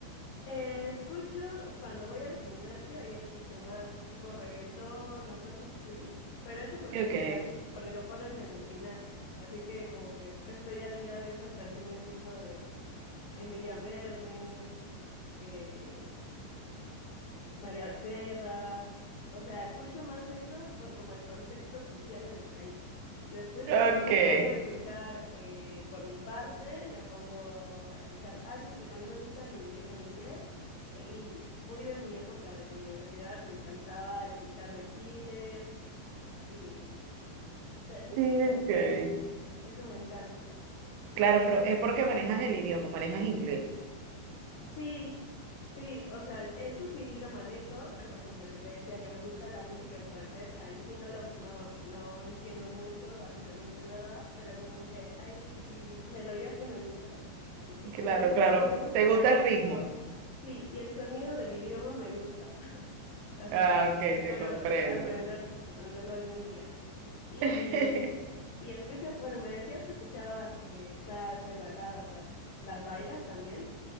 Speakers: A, on the left (about 80°); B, on the right (about 80°).
A: Eh, escucho, cuando voy al gimnasio, ahí escucho más tipo reggaetón o cosas así, pero eso porque,
B: Ok.
A: o sea, porque lo ponen en el gimnasio, así que como que estoy al día de esas canciones tipo de Emilia Mernes, eh, María Becerra, o sea, escucho más eso por como el contexto social en el, ahí. Después,
B: Okay,
A: si yo me pongo a escuchar eh, por mi parte, me pongo a escuchar algo que también me gusta el ingle- en inglés, el indie. Muy de mi época de la universidad, me encantaba escuchar The Killers y todo ese estilo
B: okay.
A: de indie. Eso me encanta. Y
B: Claro, pero es porque manejas el idioma, manejas inglés.
A: Sí, sí, o sea, eso sí lo manejo, pero por ejemplo, que te decía que me gusta la música en francés, ahí sí no lo, no, no entiendo mucho, básicamente nada, pero como que hay melodías que me gustan. Así que
B: Claro,
A: me gusta,
B: claro.
A: me gusta
B: ¿Te gusta
A: también
B: el
A: mucho,
B: ritmo?
A: sí, y el sonido del idioma me gusta. <laughs> Así
B: Ah,
A: que
B: ok,
A: espero
B: te comprendo.
A: aprender, aprenderlo algún día. Y,
B: <laughs>
A: y escuchas, bueno, me decías que escuchabas eh, salsa y baladas, las, las bailas también.